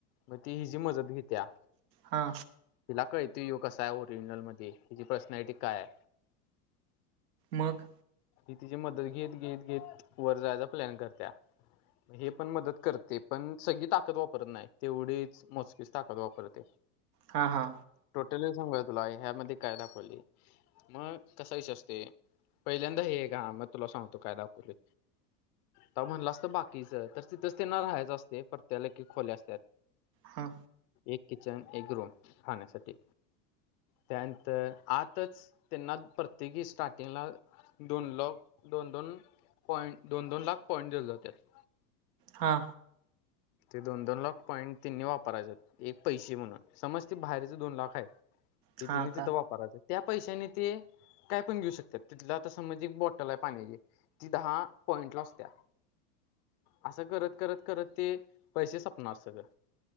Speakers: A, on the left (about 65°); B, on the right (about 75°).
A: मग ती हिची मदत घित्या
B: हा.
A: तिला कळत यो कसा आहे ओरिजिनल मध्ये हेजी पर्सनॅलिटी काय आय.
B: मग
A: ही तिजी मदत घेत, घेत, घेत वर जायचा प्लॅन करत्या. हे पण मदत करते. पण सगळी ताकद वापरत नाही. तेवढीच मोजकीच ताकद वापरते.
B: हा, हा.
A: टोटली सांगू काय तुला. ह्यामध्ये, काय दाखवलीय? मग, कसा विषय असतेय. पहिल्यांदा हे का मग तुला सांगतो. काय दाखवले. त म्हणलं असतं बाकीच, तर तिथंच त्यांना राहायचं असतय. प्रत्येकाला एक- एक खोल्या असत्यात.
B: हा.
A: एक किचन, एक रूम, खाण्यासाठी. त्यानंतर, आतच त्यांना प्रत्येकी स्टार्टिंगला दोन लॉक. दोन- दोन पॉइंट, दोन- दोन लाख पॉइंट देऊन जात्यात.
B: हा.
A: ते दोन - दोन लाख पॉईंट त्यांनी वापरायचेत, एक पैसे म्हणून. समज ते बाहेरचे दोन लॉक हायत ति
B: हा
A: तिने
B: का
A: तिथं वापराच. त्या पैशाने ते, काय पण घेऊ शकतेत. तिथलं आता समज एक बॉ टलय पाण्याची. ती दहा पॉईंटला असत्या. असं करत, करत, करत ते पैसे सपणार सगळं.